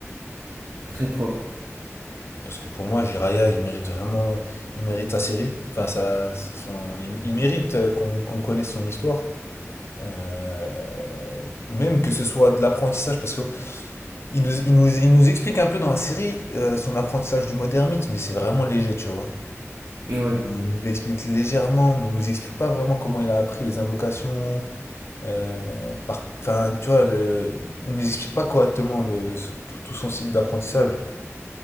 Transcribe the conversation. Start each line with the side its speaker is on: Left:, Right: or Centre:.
Right: très propre.
Left: Parce que pour moi, Jiraya, il mérite vraiment. Il mérite sa série. Enfin, ça, c'est son... il, il mérite euh, qu'on qu'on connaisse son histoire. Euh, Même que ce soit de l'apprentissage. Parce qu'il nous, il nous, il nous explique un peu dans la série euh, son apprentissage du mode ermite, mais c'est vraiment léger, tu vois.
Right: Ouais.
Left: Il nous, nous l'explique légèrement, mais il nous explique pas vraiment comment il a appris les invocations. euh, par... Enfin, tu vois, le- il nous explique pas correctement le... tout, tout son cycle d'apprentissage.